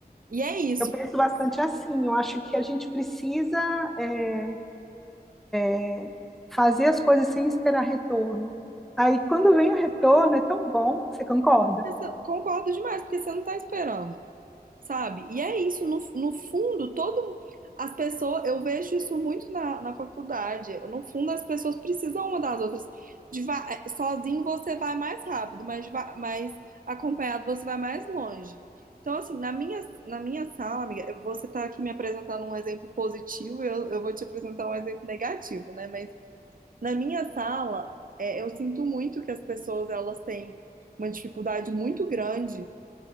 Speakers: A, on the right (about 55°); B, in the centre.
A: E é isso.
B: Eu penso bastante assim. Eu acho que a gente precisa é, é, fazer as coisas sem esperar retorno. Aí, quando vem o retorno, é tão bom. Você concorda?
A: Isso- Concordo demais, porque você não tá esperando. sabe? E é isso, no, no fundo, todo as pessoas, eu vejo isso muito na, na faculdade. No fundo, as pessoas precisam uma das outras. De va- eh, sozinho você vai mais rápido, mas, de va- mas acompanhado você vai mais longe. Então, assim, na minha, na minha sala, amiga, eu- você está aqui me apresentando um exemplo positivo, eu, eu vou te apresentar um exemplo negativo, né? Mas na minha sala, eh, eu sinto muito que as pessoas elas têm uma dificuldade muito grande